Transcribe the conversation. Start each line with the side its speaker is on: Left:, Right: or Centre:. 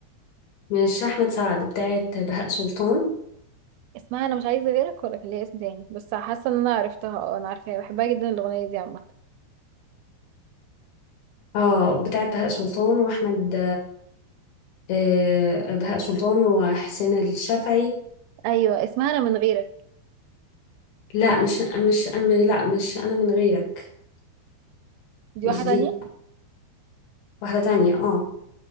Left: مش احمد سعد بتاعت بهاء سلطان
Right: اسمها انا مش عايزة غيرك ولا كان ليها اسم تاني بس حاسة ان انا عرفتها اه انا عارفاها بحبها جدا الاغنية دي عامة
Left: اه بتاعت بهاء سلطان واحمد آه، بهاء سلطان وحسين الشافعي
Right: ايوه اسمها انا من غيرك
Left: لا مش مش أم- لا مش انا من غيرك
Right: دي
Left: مش
Right: واحده تانية
Left: دي واحدة تانية اه